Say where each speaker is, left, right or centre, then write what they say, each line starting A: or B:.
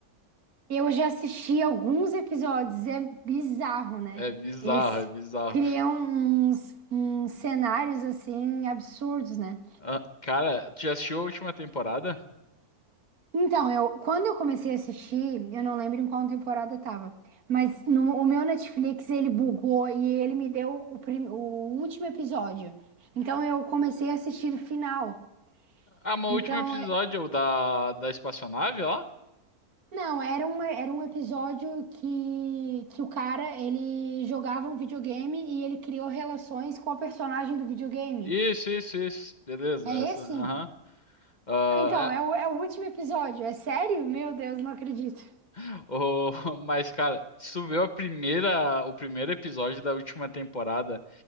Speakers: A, on the right (about 70°); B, on the left (about 35°).
A: Eu já assisti alguns episódios, é bizarro, né?
B: É bizarro,
A: Eles
B: é bizarro.
A: criam uns, uns cenários assim absurdos, né?
B: Ah, cara, tu já assistiu a última temporada?
A: Então, eu quando eu comecei a assistir, eu não lembro em qual temporada eu tava, mas no, o meu Netflix ele bugou e ele me deu o, prim- o último episódio. Então eu comecei a assistir o final.
B: Ah, mas
A: Então
B: o último episódio é o da, da espaçonave lá?
A: Não, era um, era um episódio que, que o cara, ele jogava um videogame e ele criou relações com a personagem do videogame.
B: Isso, isso, isso. Beleza,
A: É
B: essa.
A: esse?
B: Aham. Ah,
A: Ah, Então, é
B: é-
A: o, é o último episódio. É sério? Meu Deus, não acredito.
B: <laughs> O- Mas, cara, se tu vê a primeira, o primeiro episódio da última temporada.